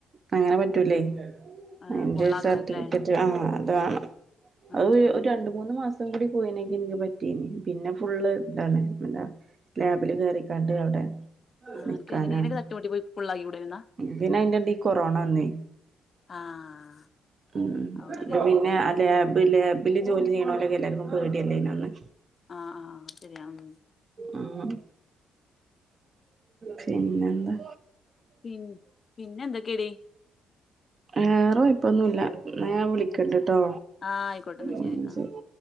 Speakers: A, on the right; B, on the left.
A: അങ്ങനെ പറ്റൂല്ലേ
B: ആഹ്
A: അതിന്റെ
B: ഫുള്ളാക്കണല്ലേ
A: സർട്ടിഫിക്കറ്റ് ആഹ് അതാണം
B: ആഹ്
A: അത് ഒരു രണ്ട് മൂന്ന് മാ സം കൂടി പോയിനങ്കി ന്ക്ക് പറ്റീന്ന് പിന്നെ ഫുള്ള്ന്താണ് എന്താ ലാബില് കയറിക്കാണ്ട് അവ്ടെ
B: ആഹ്
A: നിക്കാനാണ്
B: അനക്ക് എങ്ങനെലൊക്കെ തട്ടിമുട്ടി പോയി ഫുള്ളാക്കിക്കൂടെന്നാ
A: പിന്നെ അയിന്റെടി കു കൊറോണവന്ന്
B: ആഹ്
A: ഉം
B: അവിടെ
A: പ്പ
B: കരുതി
A: പിന്നെ ലേബ് ലേബ് ല് ജോലി ചെയ്യണോലൊക്കെ എല്ലാർക്കും പേടിയല്ലേന്ന അന്ന്
B: ആഹ് ആഹ് അത്ശരിയാണ്
A: ഉം പിന്നെന്താ
B: പിൻ പിന്നെന്തെക്കേടി
A: വേറ കൊയ്പ്പൊന്നുല്ല ന്നഞാ വിളിക്കണ്ട്ട്ടോ
B: ആഹ് ആയിക്കോട്ടെ എന്നാ
A: ഉം
B: എന്നാ
A: ശരി